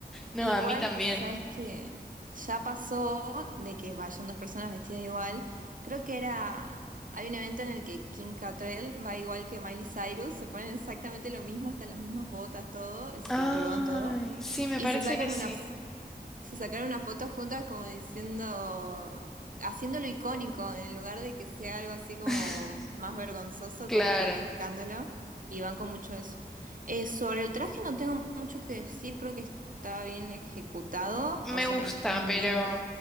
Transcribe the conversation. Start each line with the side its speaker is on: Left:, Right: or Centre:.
Centre: No,
Right: Igual,
Centre: a mí también.
Right: ¿sabes que Ya pasó de que vayan dos personas vestidas igual. Creo que era... Hay un evento en el que Kim Cattrall va igual que Miley Cyrus, se ponen exactamente lo mismo, hasta las mismas botas, todo, el cinturón,
Centre: Ay,
Right: todo,
Centre: sí, me
Right: y
Centre: parece
Right: se sacan
Centre: que sí.
Right: una se sacaron una foto juntas como diciendo, haciéndolo icónico, en lugar de que sea algo así como
Centre: <laughs>
Right: más vergonzoso,
Centre: Claro,
Right: como reivindicándolo, y van con mucho eso. Eh, sobre el traje no tengo mucho que decir, creo que está bien ejecutado,
Centre: me
Right: o sea,
Centre: gusta,
Right: es un
Centre: pero
Right: lindo,